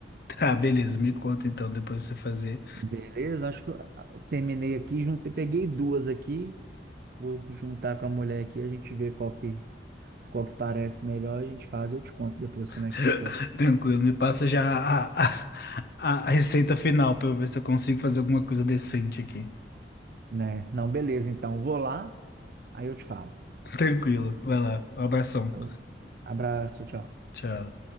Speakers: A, on the left (about 55°); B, on the right (about 55°).
A: Ah, beleza, me conta então, depois que você fazer.
B: Beleza? Acho que eu ah, terminei aqui, juntei, peguei duas aqui. Vou juntar com a mulher aqui, a gente vê qual que, qual que parece melhor, a gente faz eu te conto depois como é
A: <laughs>
B: que ficou,
A: Tranquilo, me passa já a, a, a a receita final pra eu ver se eu consigo fazer alguma coisa decente aqui.
B: né? Não, beleza, então, vou lá, aí eu te falo.
A: Tranquilo, vai lá, um abração.
B: Falou. Abraço, tchau, tchau.
A: Tchau.